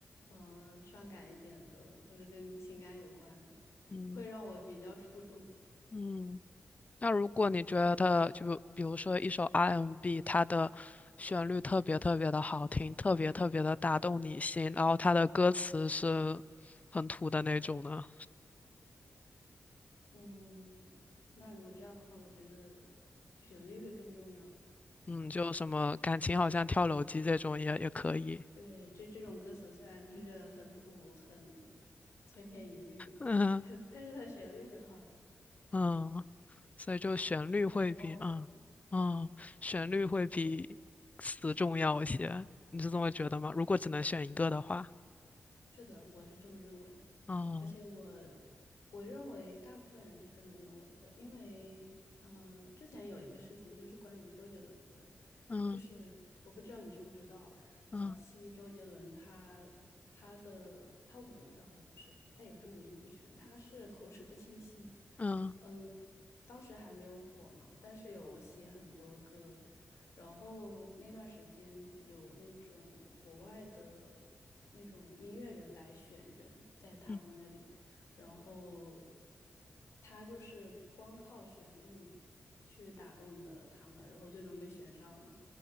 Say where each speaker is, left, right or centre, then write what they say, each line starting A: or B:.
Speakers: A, on the left (about 80°); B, on the left (about 30°).
A: 嗯、伤感一点的，或者跟情感有关，
B: 嗯
A: 会让我比较触动。
B: 嗯，那如果你觉得，就比如说一首 R&B，m 它的旋律特别特别的好听，特别特别的打动你心，然后它的歌词是很土的那种呢，
A: 嗯，那如果这样的话，我觉得旋律会更重要一点。
B: 嗯，就什么感情好像跳楼机这种也也可以，
A: 对，这这种歌词虽然听着很土、很千篇一律，
B: <laughs> 嗯。
A: <laughs> 但是它旋律很好听，
B: 嗯，所以就旋律会比嗯嗯旋律会比词重要一些，
A: 所以它也爆火。
B: 你是这么觉得吗？如果只能选一个的话，
A: 是的，我是这么认为的，
B: 嗯
A: 而且我我认为大部分人是这么认为的，因为呃，之前有一个事情就是关于周杰伦的，
B: 嗯
A: 就是我不知道你知不知道，早期周杰伦他他的他五呃不是，
B: 嗯
A: 他也不是五音不全，他是口齿不清晰。
B: 嗯
A: 嗯，当时还没有火嘛，但是有写很多歌，然后那段时间有那种国外的那种音乐人来选人，在他们那里，
B: 嗯
A: 然后他就是光靠旋律去打动的他们，然后最终被选上了。